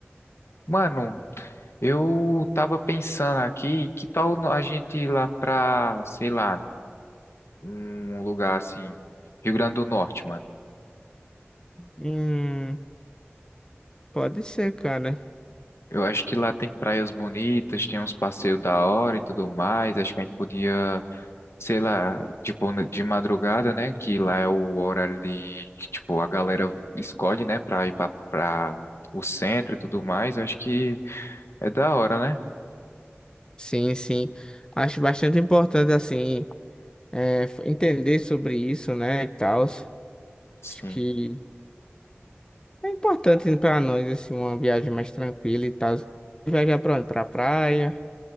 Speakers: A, on the left; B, on the left.
A: Mano. Eu tava pensando aqui, que tal a gente ir lá pra, sei lá, um lugar assim, Rio Grande do Norte, mano.
B: Hum, pode ser, cara.
A: Eu acho que lá tem praias bonitas, tem uns passeios da hora e tudo mais. Acho que a gente podia, sei lá, tipo, de madrugada, né? Que lá é o horário de, que, tipo, a galera escolhe, né, pra ir pra, pra o centro e tudo mais. Eu acho que é da hora, né?
B: Sim, sim. Acho bastante importante, assim, é, f- entender sobre isso, né, e tal.
A: Sim.
B: Acho que é importante para nós, assim, uma viagem mais tranquila e tal. Viajar pra onde? Pra praia.